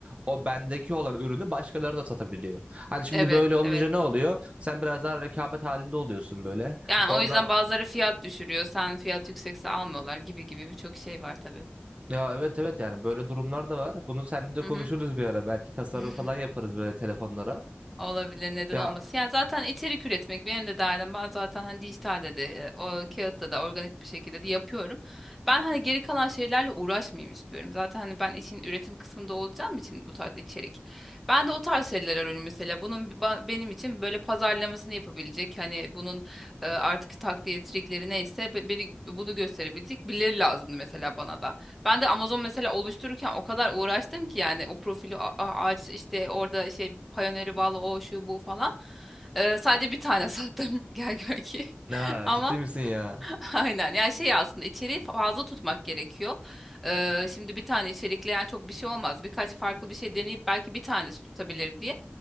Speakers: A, on the right; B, in the centre.
A: o bendeki olan ürünü başkaları da satabiliyor. Hani şimdi
B: Evet,
A: böyle olunca
B: evet.
A: ne oluyor? Sen biraz daha rekabet halinde oluyorsun böyle.
B: Yani
A: Orada
B: o yüzden bazıları fiyat düşürüyor. Sen fiyat yüksekse almıyorlar gibi gibi birçok şey var tabii.
A: ya evet evet yani böyle durumlar da var. Bunu seninle de
B: Hı
A: konuşuruz
B: hı.
A: bir ara. Belki tasarım
B: <laughs>
A: falan yaparız böyle telefonlara.
B: Olabilir neden
A: Ya,
B: olmasın. Yani zaten içerik üretmek benim de derdim. Ben zaten hani dijitalde de e, o kağıtta da organik bir şekilde de yapıyorum. Ben hani geri kalan şeylerle uğraşmayayım istiyorum. Zaten hani ben işin üretim kısmında olacağım için bu tarz içerik. Ben de o tarz şeyler arıyorum mesela. Bunun ba- benim için böyle pazarlamasını yapabilecek. Hani bunun e, artık takdir trikleri neyse be- beni bunu gösterebilecek birileri lazımdı mesela bana da. Ben de Amazon mesela oluştururken o kadar uğraştım ki yani o profili a- a- aç işte orada şey Payoneer'e bağlı o şu bu falan. Ee, sadece bir tane sattım <laughs> gel gör ki.
A: ya
B: <laughs> Ama
A: ciddi misin ya?
B: Aynen yani şey aslında içeriği fazla tutmak gerekiyor. Ee, şimdi bir tane içerikle yani çok bir şey olmaz. Birkaç farklı bir şey deneyip belki bir tanesi tutabilir diye.